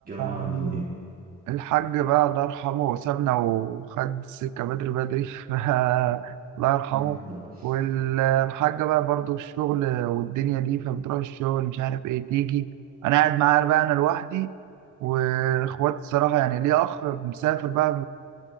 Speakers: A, on the right; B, on the right.
A: الجماعة عاملين
B: يعني
A: إيه؟
B: الحاج بقى الله يرحمه وسابنا وخد السكة بدري بدري <laughs> بقى الله يرحمه
A: مم، لا إن
B: والحاجة بقى برضو الشغل والدنيا دي فبتروح الشغل مش عارف ايه تيجي انا قاعد معايا بقى انا لوحدي واخواتي الصراحة يعني ليه اخ مسافر بقى